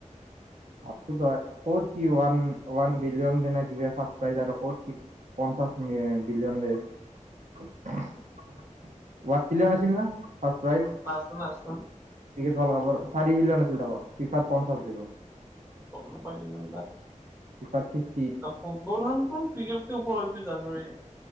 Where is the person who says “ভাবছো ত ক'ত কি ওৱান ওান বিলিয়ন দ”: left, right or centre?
Right